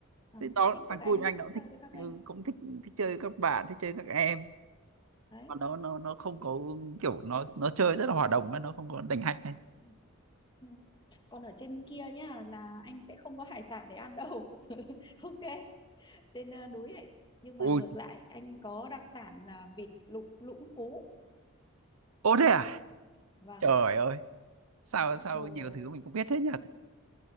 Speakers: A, on the left; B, on the right.
A: à,
B: thế nó
A: nó thích
B: thằng
A: các anh
B: cu nhà
A: nó
B: anh nó
A: thích
B: cũng thích
A: chơi với các
B: ừ,
A: anh
B: cũng thích thích chơi các bạn thích chơi các em
A: đấy
B: mà nó nó nó
A: Thế thì-
B: không có kiểu nó nó chơi rất là hòa đồng ấy, nó không có đành hạch này
A: ừ. ừ. còn ở trên kia nhá là anh sẽ không có hải sản để ăn đâu <laughs> ok trên ờ, núi ấy nhưng mà
B: ôi
A: ngược lại anh có đặc sản là vịt lục lũng cú
B: ô thế à
A: vâng
B: trời ơi sao
A: các
B: sao
A: đồ
B: nhiều
A: ờ,
B: thứ mình không biết thế nhỉ